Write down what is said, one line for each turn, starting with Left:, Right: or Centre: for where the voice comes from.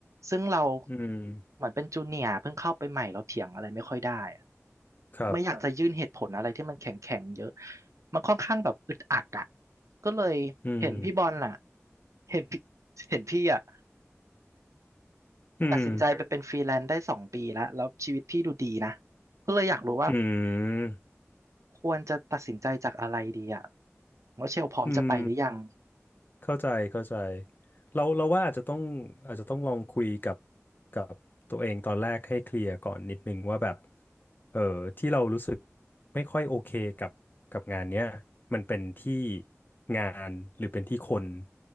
Right: ซึ่งเรา
Left: อืม
Right: เหมือนเป็นจูเนียร์เพิ่งเข้าไปใหม่เราเถียงอะไรไม่ค่อยได้อะ
Left: ครับ
Right: ไม่อคยากรับจะยื่นเหตุผลอะไรที่มันแข็งแข็งเยอะมันค่อนข้างแบบอึดอัดอ่ะก็เลยเห็นพี่บอลล่ะ
Left: อืม
Right: เห็นพี่เห็นพี่อ่ะ
Left: อืม
Right: ตัดสินใจไปเป็นฟรีแลนซ์ได้สองปีแล้วแล้วชีวิตพี่ดูดีนะก็เลยอยากรู้ว่า
Left: อืม
Right: ควรจะตัดสินใจจากอะไรดีอ่ะว่าเชลพร้อมจะไปหรือยัง
Left: อืม เข้าใจเข้าใจเราเราว่าอาจจะต้องอาจจะต้องลองคุยกับกับตัวเองตอนแรกให้เคลียร์ก่อนนิดนึงว่าแบบเออที่เรารู้สึกไม่ค่อยโอเคกับกับงานเนี้ยมันเป็นที่งานหรือเป็นที่คน